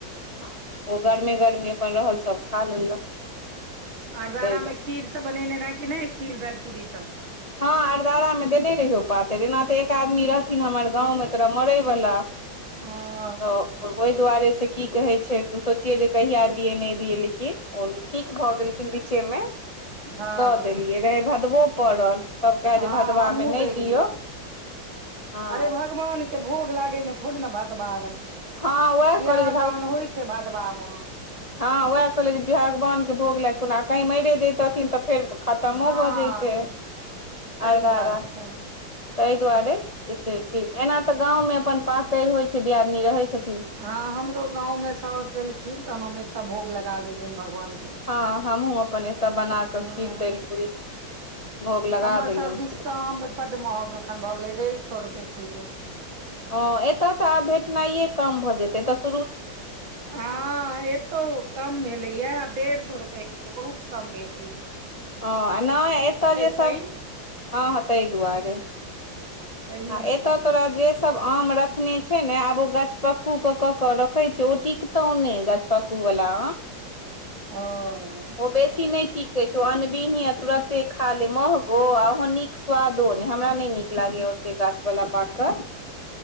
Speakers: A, on the left; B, on the right.
A: आ ओ गर्मेी गर्मी अपन रहल सभ खा लेलक।
B: आरदारा
A: तै
B: मे खीर सब बनेने रहै कि ने खीर दालि पूरी सब।
A: हँ अरदारामे देने रहियौ पातरि एना तऽ एक आदमी रहथिन हमर गाँवमे तोरा मरय वला। <unintelligible>
B: हँ
A: तऽ ओहि दुआरे से की कहै छै सोचियै जे कहिया दियै नहि दियै लेकिन ओ ठीक भऽ गेलखिन बीचे मे
B: हँ
A: दऽ देलियै रहै भदबो पड़ल। सब कहे
B: हँ
A: जे भदवा
B: हमहुँ
A: मे नहि
B: देलियए
A: दियौ हँ
B: अरे भगवान के भोग लागे मे थोड़े ने भदवा आर अथी
A: हँ वएह
B: बियाह
A: कहलियै
B: दान होइ छैय भदवा मे
A: हां वएह कहलिये जे भगवान के भोग लग कोना कही मरे जैतथिन तऽ फेर खतमो
B: हँ
A: भऽ जैते
B: सही
A: अरदरा
B: बात छै
A: ताहि दुआरे से खीर एना तऽ गाँवमे अपन पातरि होइत छैय, दियादनी रहैत छथि।
B: हां हमरो गाँवमे साउस देलखिन तहन हम एते तऽ भोग लगा देलियनि भगवान के
A: हाऊ हमहुँ अपन एतय बना कऽ
B: हँ
A: खीर देल पूरी भोग लगा
B: हमर
A: देलियनि।
B: सब दिस तऽ आम बड्ड महग अखन भऽ गेलै डेढ़ सए रुपए किलो।
A: हां एतय तऽ आब भेटनाइये कम भऽ जेतै एतय स
B: हां एतहुं कम भेलैये डेढ़ सए रुपए किलो बहुत कम भेटै छैय।
A: हां नैय एतय जे
B: पानि
A: सब हां हां ताहि दुआरे
B: ताहि
A: आ
B: में
A: एतऽ
B: कम
A: तोरा
B: भऽ
A: जे
B: गेलै।
A: सब आम रखने छैय ने आब ओ गछपक्कू के कऽ के रखे छैय, ओ टिकतौ ने गछपक्क पक्कू वला आम
B: ओ
A: ओ बेसी नैय टिक कह अनबीह तुरते खा ले महगो आ ओ नीक स्वादो ने हमरा नैय नीक लागैया। तैय गाछ वला पाकल